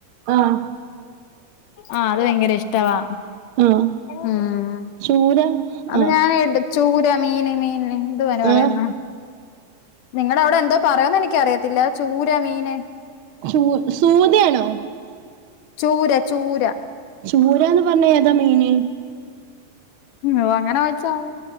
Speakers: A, on the right (about 70°); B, on the left (about 75°).
A: ആഹ്.
B: ആഹ് അത് ഭയങ്കര ഇഷ് ട്ടവാ
A: ആഹ്
B: ഉം
A: ചൂര
B: അത്
A: ആഹ്
B: ഞാൻ എടു ചൂര മീന് മീൻന് എന്തുവാ അയ്ന് പറയുന്നെ?
A: ഏഹ്
B: നിങ്ങടവടെ എന്തോ പറയോന്ന് എനിക്കറിയത്തില്ല ചൂര മീന്
A: ചൂ സൂതയാണോ?
B: ചൂര ചൂര.
A: ചൂരാന്ന് പർഞ്ഞ ഏതാ മീന്?
B: ഉം അങ്ങനെ വെച്ചാ